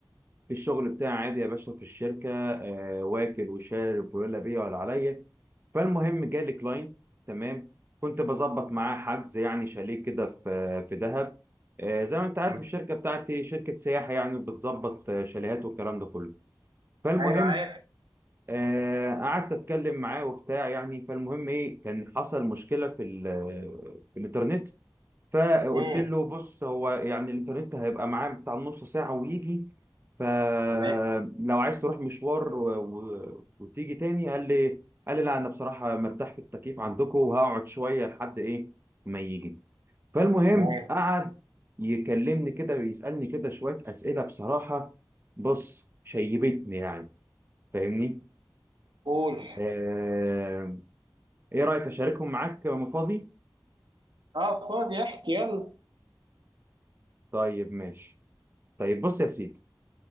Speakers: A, on the right (about 30°); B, on the right (about 85°).
A: في الشغل بتاعي عادي يا باشا في الشركة آه واكل وشارب ولا بيا ولا عليا فالمهم جالي كلاين تمام كنت بظبط معاه حجز يعني شاليه كده في في دهب آه زي ما انت عارف
B: تمام
A: الشركة بتاعتي شركة سياحة يعني بتظبط آه، شاليهات والكلام ده كله فالمهم
B: ايوه عارف
A: آه قعدت اتكلم معاه وبتاع يعني فالمهم ايه كان حصل مشكلة في ال- آه، في الانترنت فقلت
B: امم
A: له بص هو يعني الانترنت هيبقى معاه بتاع نص ساعة ويجي فلو
B: تمام
A: عايز تروح مشوار و... و... وتيجي تاني قال لي قال لي لا انا بصراحة مرتاح في التكييف عندكم وهقعد شوية لحد ايه ما يجي فالمهم
B: تمام
A: قعد يكلمني كده ويسألني كده شوية أسئلة بصراحة بص شيبتني يعني فاهمني
B: قول
A: آه... ايه رأيك اشاركهم معاك وانا فاضي
B: اه فاضي احكي يلا
A: طيب ماشي طيب بص يا سيدي